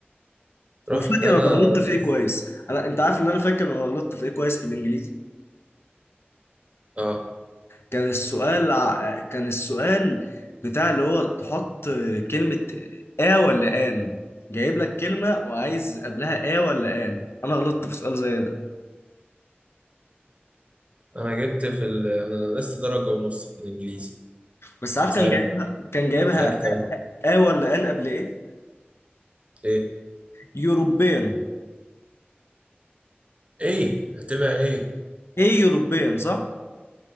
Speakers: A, on the right; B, on the left.
A: رحت
B: وفاكر
A: انا
B: انا غلطت في
A: درس
B: ايه كويس انا انت عارف ان انا فاكر انا غلطت في ايه كويس في الانجليزي
A: اه
B: كان السؤال ع- كان السؤال بتاع اللي هو تحط كلمة اه ولا ان جايب لك كلمة وعايز قبلها اه ولا ان انا غلطت في سؤال زي ده
A: انا جبت في ال... انا نقصت درجه ونص في الانجليزي
B: بس عارف
A: زعلت
B: كان جايبها كان جايبها
A: زعلت قوي
B: اه ولا ان قبل ايه
A: ايه
B: يوروبيان
A: ايه هتبقى ايه
B: ايه يوروبيان صح